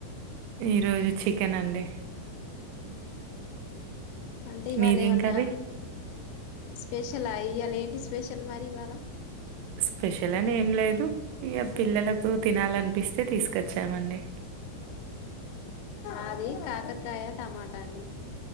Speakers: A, on the right; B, on the left.
A: ఈ రోజు చికెన్ అండి.
B: అంటే ఇవాళ
A: మీదేం
B: ఏమన్నా.
A: కర్రీ
B: స్పెషల్ ఇవాలా ఏంటి స్పెషల్ మరి ఇవాళ.
A: స్పెషల్ అని ఏం లేదు. ఇక పిల్లలకు తినాలనిపిస్తే తీసుకొచ్చామండి.
B: ఆది కాకర కాయ టమాటా అండి.